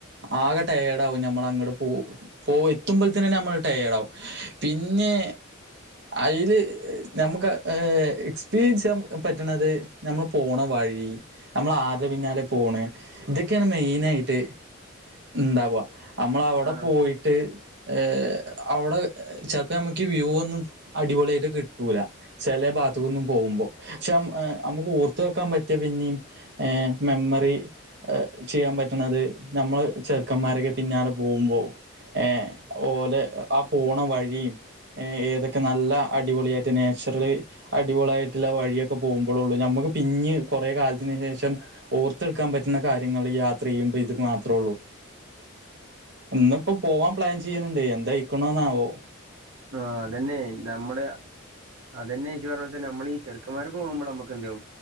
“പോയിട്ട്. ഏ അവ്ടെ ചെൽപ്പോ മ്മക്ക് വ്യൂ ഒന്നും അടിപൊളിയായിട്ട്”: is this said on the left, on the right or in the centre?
Right